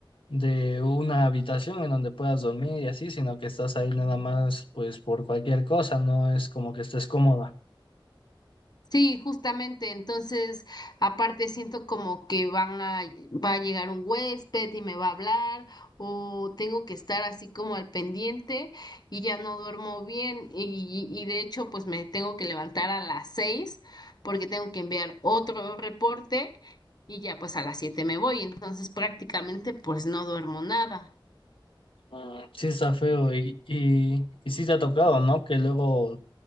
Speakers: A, on the left (about 85°); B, on the left (about 50°).
A: de una habitación en donde puedas dormir y así, sino que estás ahí nada más pues por cualquier cosa, no es como que estés cómoda.
B: Sí, justamente, entonces aparte siento como que van a, va a llegar un huésped y me va a hablar o tengo que estar así como al pendiente y ya no duermo bien y, y de hecho pues me tengo que levantar a las seis porque tengo que enviar otro reporte y ya pues a las siete me voy, entonces prácticamente pues no duermo nada.
A: Mm, Sí está feo y, y, y sí te ha tocado, ¿no? Que luego